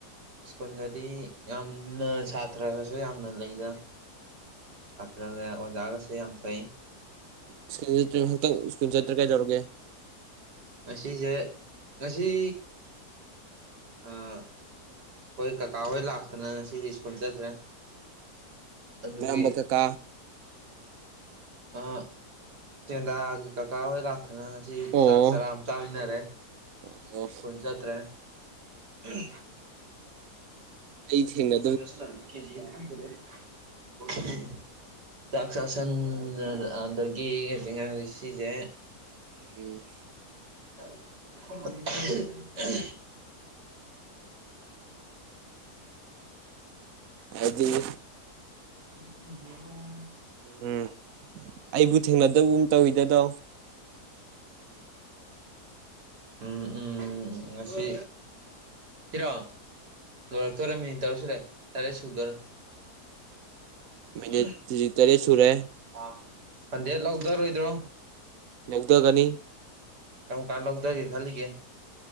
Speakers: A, on the right; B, on the right.
A: ꯁ꯭ꯀꯨꯟꯗꯗꯤ ꯌꯥꯝꯅ ꯁꯥꯇ꯭ꯔꯒꯁꯨ ꯌꯥꯝꯅ ꯂꯩꯗ ꯁꯇ꯭ꯔꯒ ꯑꯣꯖꯥꯒꯁꯨ ꯌꯥꯝ ꯐꯩ
B: <unintelligible> ꯍꯟꯇꯛ ꯁ꯭ꯀꯨꯟ ꯆꯠꯇ꯭ꯔꯦ ꯀꯥꯏꯗꯧꯔꯒꯦ
A: ꯉꯁꯤꯖꯦ ꯉꯁꯤ ꯑꯥ ꯈꯣꯏ ꯀꯀꯥ ꯍꯣꯏ ꯂꯥꯛꯇꯅ ꯉꯁꯤꯗꯤ ꯁ꯭ꯀꯨꯜ ꯆꯠꯇ꯭ꯔꯦ ꯑꯗꯨꯒꯤ
B: ꯀꯔꯝꯕ ꯀꯀꯥ
A: ꯑ ꯇꯦꯟꯗꯥꯒꯤ ꯀꯀꯥꯍꯣꯏ ꯂꯥꯛ ꯑꯗꯨꯅ ꯉꯁꯤ
B: ꯑꯣ
A: ꯆꯥꯛ ꯆꯔꯥ ꯑꯃ ꯆꯥꯃꯤꯟꯅꯔꯦ
B: ꯑꯣ
A: ꯆꯇ꯭ꯔꯦ ꯎꯝ
B: ꯑꯩ ꯊꯦꯡꯅ
A: <unintelligible> ꯆꯥꯛ ꯆꯥꯁꯟꯅ ꯑꯗꯒꯤ ꯍꯧꯖꯤ ꯉꯥꯏꯔꯤ ꯁꯤꯖꯦ
B: ꯎꯝ
A: <unintelligible>
B: ꯍꯥꯏꯗꯤ
A: <unintelligible>
B: ꯎꯝ ꯑꯩꯕꯨ ꯊꯦꯡꯅꯗꯕꯨꯝ ꯇꯧꯋꯤꯗꯗꯣ
A: <inaudible> ꯎꯝ ꯎꯝ ꯎꯝ ꯉꯁꯤ ꯁꯤꯔꯥ ꯂꯣꯏꯔꯛꯇꯣꯏꯣꯔꯦ ꯃꯤꯅꯤꯠ ꯇꯔꯨꯛ ꯁꯨꯔꯦ ꯇꯔꯦꯠ ꯁꯨꯗꯣꯔꯦ <unintelligible>
B: ꯃꯤꯅꯤꯠ ꯍꯧꯖꯤꯛ ꯇꯔꯦꯠ ꯁꯨꯔꯦ
A: ꯍꯟꯗꯦꯠ ꯂꯧꯗꯔꯣꯏꯗ꯭ꯔꯣ
B: ꯂꯧꯗꯒꯅꯤ
A: ꯀꯝꯀꯥꯟ ꯂꯧꯁꯒꯦ ꯈꯜꯂꯤꯒꯦ